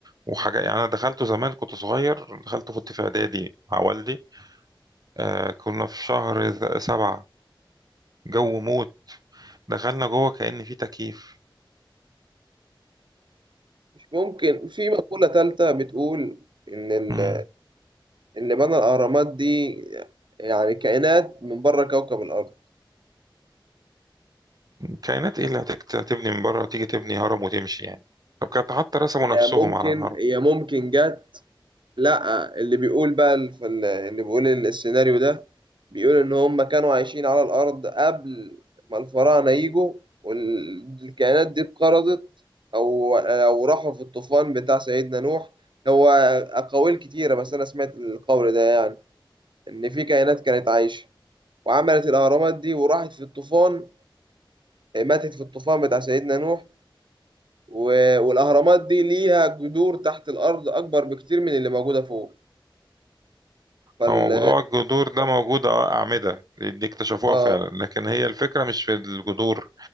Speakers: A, on the right; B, on the right.
A: وحاجات يعني انا دخلته زمان كنت صغير دخلته كنت في اعدادي مع والدي آه كنا في شهر س- سبعة جو موت دخلنا جوه كأن في تكييف
B: مش ممكن في مقولة تالتة بتقول إن ال-
A: فقال
B: اللي بنى الأهرامات دي يعني كائنات من بره كوكب الأرض
A: كائنات ايه اللي هتك- هتبني من بره تيجي تبني هرم وتمشي يعني طب كانت حتى رسموا نفسهم
B: يا ممكن
A: على الهرم
B: يا ممكن جت لا اللي بيقول بقى الف- اللي بيقول السيناريو ده بيقول إن هم كانوا عايشين على الأرض قبل ما الفراعنة يجوا والكائنات دي اتقرضت أو أو راحوا في الطوفان بتاع سيدنا نوح هو أقاويل كتيرة بس أنا سمعت القول ده يعني إن في كائنات كانت عايشة وعملت الأهرامات دي وراحت في الطوفان إيه، ماتت في الطوفان بتاع سيدنا نوح و- والأهرامات دي ليها جذور تحت الأرض أكبر بكتير من اللي موجودة فوق فال
A: هو موضوع الجذور ده موجود اه أعمدة دي اكتشفوها
B: آه
A: فعلا لكن هي الفكرة مش في الجذور